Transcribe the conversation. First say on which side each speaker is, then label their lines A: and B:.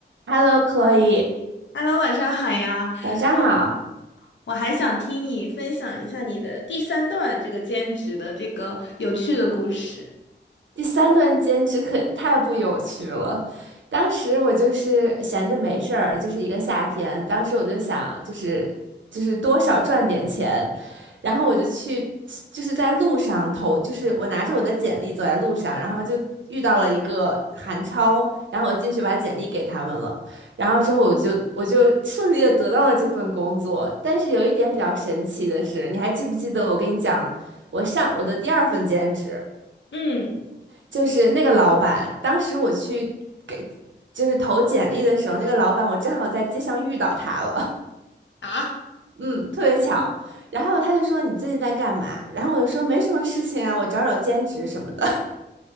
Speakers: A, on the right (about 75°); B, on the left (about 70°).
A: Hello, Chloe，
B: Hello，晚上好呀！
A: 晚上好。
B: 我我还想听你分享一下你的第三段这个兼职的这个有趣的故事。
A: 第三段兼职可太不有趣了。当时我就是闲着没事儿，就是一个夏天，当时我就想，就是就是多少赚点钱，然后我就去，就是在路上投，就是我拿着我的简历走在路上，然后就遇到了一个韩超，然后我进去把简历给他们了，然后之后我就我就顺利的得到了这份工作。但是有一点比较神奇的是，你还记不记得我跟你讲，我上我的第二份兼职？
B: 嗯
A: 就是那个老板，当时我去给就是投简历的时候，那个老板我正好在街上遇到他了，
B: 啊，
A: <laughs> 嗯，特别巧。然后他就说你最近在干嘛？然后我就说没什么事情啊，我找找兼职什么的。